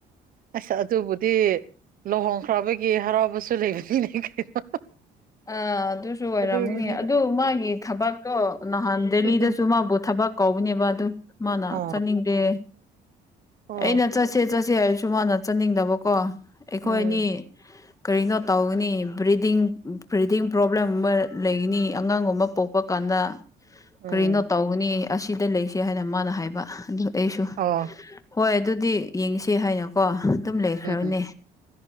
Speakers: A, on the right (about 55°); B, on the left (about 20°).
A: ꯑꯁ ꯑꯗꯨꯕꯨꯗꯤ ꯂꯨꯍꯣꯡꯈ꯭ꯔꯕꯒꯤ ꯍꯔꯥꯎꯕꯁꯨ ꯂꯩꯕꯅꯤꯅꯦ ꯀꯩꯅꯣ꯫
B: ꯑ ꯑꯗꯨꯁꯨ ꯑꯣꯏꯔꯝꯒꯅꯤ
A: ꯑꯗꯨꯒꯤꯅꯤꯗ
B: ꯑꯗꯨ ꯃꯥꯒꯤ ꯊꯕꯛꯇꯣ ꯅꯍꯥꯟ ꯗꯦꯜꯂꯤꯗꯁꯨ
A: ꯎꯝ
B: ꯃꯥꯕꯨ ꯊꯕꯛ ꯀꯧꯕꯅꯦꯕ ꯑꯗꯨ ꯃꯥꯅ
A: ꯑꯣ
B: ꯆꯠꯅꯤꯡꯗꯦ꯫
A: ꯑꯣ
B: ꯑꯩꯅ ꯆꯠꯁꯦ ꯆꯠꯁꯦ ꯍꯥꯏꯔꯁꯨ ꯃꯥꯅ ꯆꯠꯅꯤꯡꯗꯕꯀꯣ ꯑꯩꯈꯣꯏ
A: ꯎꯝ
B: ꯑꯅꯤ꯫ ꯀꯔꯤꯅꯣ ꯇꯧꯒꯅꯤ ꯕ꯭ꯔꯤꯗꯤꯡ꯫ ꯕ꯭ꯔꯤꯗꯤꯡ ꯄ꯭ꯔꯣꯕ꯭ꯂꯦꯝ ꯒꯨꯝꯕ ꯂꯩꯒꯅꯤ ꯑꯉꯥꯡꯒꯨꯝꯕ ꯄꯣꯛꯄ ꯀꯥꯟꯗ꯫
A: ꯎꯝ
B: ꯀꯔꯤꯅꯣ ꯇꯧꯕꯅꯤ ꯑꯁꯤꯗ ꯂꯩꯁꯦ ꯍꯥꯏꯅ ꯃꯥꯅ ꯍꯥꯏꯕ ꯑꯗꯨ ꯑꯩꯁꯨ꯫
A: ꯑꯣ꯫
B: ꯍꯣꯏ ꯑꯗꯨꯗꯤ ꯌꯦꯡꯁꯦ ꯍꯥꯏꯅꯀꯣ ꯑꯗꯨꯝ ꯂꯩꯈ꯭ꯔꯕꯅꯦ꯫
A: ꯎꯝ